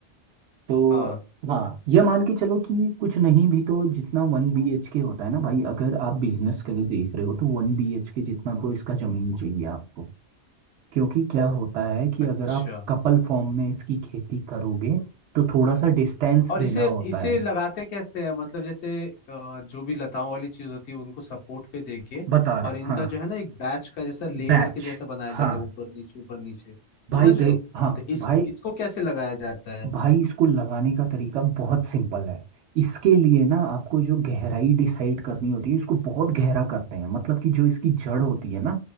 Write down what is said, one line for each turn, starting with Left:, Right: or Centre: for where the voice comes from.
Right: तो
Left: हाँ
Right: हाँ ये मान के चलो कि कुछ नहीं भी तो जितना वन बी एच के होता है ना भाई अगर आप बिजनेस के लिए देख रहे हो तो वन बी एच के जितना तो इसका जमीन चाहिए आपको क्योंकि क्या होता है कि
Left: अच्छा
Right: अगर आप कपल फॉर्म में इसकी खेती करोगे तो थोड़ा सा डिस्टेंस
Left: और
Right: देना
Left: इसे
Right: होता
Left: इसे
Right: है
Left: लगाते कैसे हैं मतलब जैसे अ, जो भी लताओं वाली चीज होती है उनको सपोर्ट पे देके
Right: बता रहा
Left: और इनका
Right: हाँ
Left: जो है ना एक बैच का जैसा लेयर
Right: बैच
Left: के जैसा बनाया जाता
Right: हाँ
Left: है ऊपर नीचे ऊपर नीचे समझ
Right: भाई
Left: रहे
Right: दे
Left: हो
Right: हाँ
Left: तो इसको
Right: भाई
Left: इसको कैसे लगाया जाता है
Right: भाई इसको लगाने का तरीका बहुत सिंपल है इसके लिए ना आपको जो गहराई डिसाइड करनी होती है इसको बहुत गहरा करते हैं मतलब कि जो इसकी जड़ होती है ना